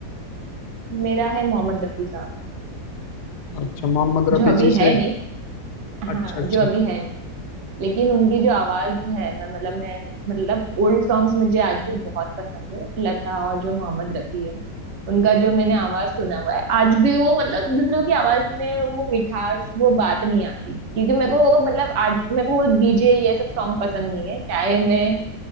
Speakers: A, on the right; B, on the left.
A: मेरा है मोहम्मद रफी साहब
B: अच्छा मोहम्मद
A: जो
B: रफी
A: अभी
B: जी
A: है
B: से
A: नहीं हाँ
B: अच्छा अच्छा
A: जो अभी है नहीं लेकिन उनकी जो आवाज है मैं मतलब मैं मतलब ओल्ड सॉन्ग्स मुझे आज भी बहुत पसंद है लता और जो मोहम्मद रफी है उनका जो मैंने आवाज सुना हुआ है आज भी वो मतलब दूसरों की आवाज में वो मिठास वो बात नहीं आती क्योंकि मेरे को वो मतलब आज मेरे को वो डीजे ये सब सॉन्ग पसंद नहीं है चाहे मैं